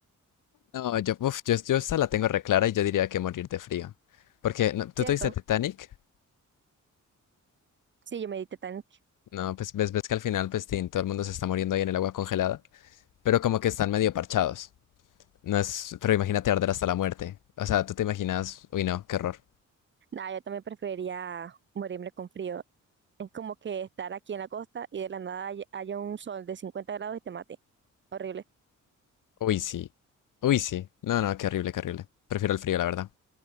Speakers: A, on the left; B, on the right.
A: No, yo, uf, yo, yo esta la tengo reclara y yo diría que morir de frío. Porque, no, ¿tú
B: ¿cierto?
A: te viste Titanic?
B: Sí, yo medité tan
A: No, pues ves, ves que al final, pues tin, todo el mundo se está muriendo ahí en el agua congelada, pero como que están medio parchados. No es, pero imagínate arder hasta la muerte. O sea, tú te imaginas, uy, no, qué horror.
B: Nah, yo también preferiría morirme con frío. Es como que estar aquí en la costa y de la nada hay- haya un sol de 50 grados y te mate. Horrible.
A: Uy, sí. Uy, sí. No, no, qué horrible, qué horrible. Prefiero el frío, la verdad.